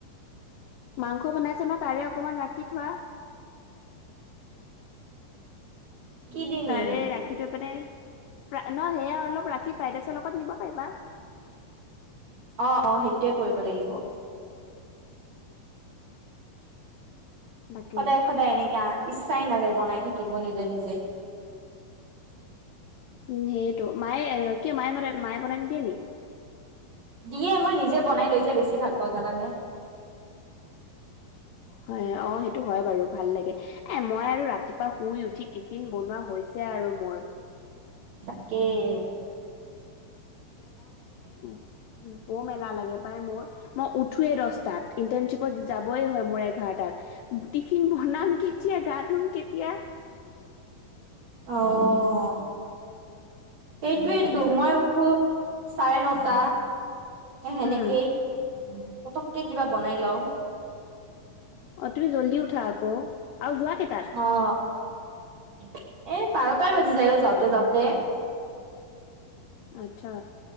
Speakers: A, on the left (about 80°); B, on the right (about 50°).
A: মাংস বনাইছোঁ ন, তাৰে অকমান ৰাখি থোৱা।
B: কি দি
A: তাৰে
B: নিম
A: ৰাখি থৈ পিনে। ন সেয়া অলপ ৰাখি ফ্ৰাইড ৰাইচৰ লগত নিব পাৰিবা।
B: অ' অ' সেইটোৱে কৰিব লাগিব।
A: তাকে
B: সদায় সদায় এনেকা, ইচ্ছাই নাযায় বনাই থাকিব নিজে নিজে।
A: উম্, সেইটো মায়ে কিয় মায়ে, মায়ে বনাই নিদিয়ে নি।
B: দিয়ে, মই নিজে বনাই লৈ যে বেছি ভাল পাওঁ জানানে।
A: হয়, অ' সেইটো হয় বাৰু ভাল লাগে, এ মই আৰু ৰাতিপুৱা শুই উঠি টিফিন বনোৱা হৈছে আৰু মোৰ।
B: তাকেই।
A: উম্, বৰ মেলা লাগে পাই মোৰ। মই উঠোৱেই দহটাত, ইন্টাৰ্নশ্বিপত যাবই হয় মোৰ এঘাৰটাত। টিফিন বনাম কেতিয়া, গা ধুম কেতিয়া?
B: অ', সেইটোৱেইটো
A: সেইকাৰণে আৰু
B: মই উঠো চাৰে নটা, এই সেনেকেই।
A: উম
B: পতককে কিবা বনাই লওঁ
A: অ', তুমি জল্দি উঠা আকৌ আৰু যোৱা কেইটাত।
B: অ'। এ বাৰটাই বাজি যায়, অ' যাওঁতে যাওঁতে।
A: আচ্ছা,